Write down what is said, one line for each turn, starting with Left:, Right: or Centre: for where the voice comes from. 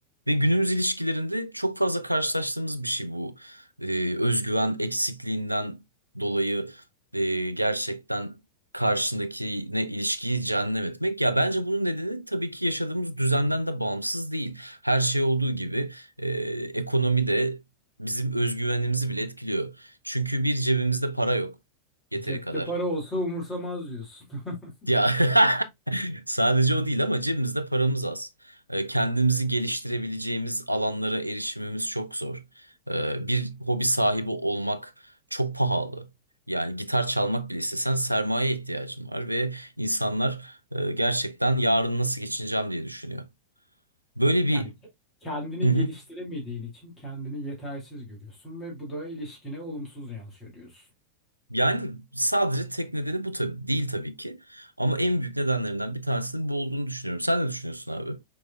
Right: Ve günümüz ilişkilerinde çok fazla karşılaştığımız bir şey bu. Ee, özgüven eksikliğinden dolayı e, gerçekten karşındakine ilişkiyi cehennem etmek. Ya bence bunun nedeni tabii ki yaşadığımız düzenden de bağımsız değil. Her şey olduğu gibi e, ekonomi de bizim özgüvenimizi bile etkiliyor. Çünkü bir cebimizde para yok yeteri
Left: Cepte
Right: kadar.
Left: para olsa umursamaz diyorsun. <laughs>
Right: Ya <laughs> Sadece o değil ama cebimizde paramız az. Ee, Kendimizi geliştirebileceğimiz alanlara erişimimiz çok zor. Ee, Bir hobi sahibi olmak çok pahalı. Yani gitar çalmak bile istesen sermaye ihtiyacın var ve insanlar e, gerçekten yarın nasıl geçineceğim diye düşünüyor. Böyle bir
Left: Yani kendini
Right: Hı hı.
Left: geliştiremediğin için kendini yetersiz görüyorsun ve bu da ilişkine olumsuz yansıyor diyorsun.
Right: Yani sadece tek nedeni bu tabii değil tabii ki. Ama en büyük nedenlerinden bir tanesinin bu olduğunu düşünüyorum. Sen ne düşünüyorsun abi?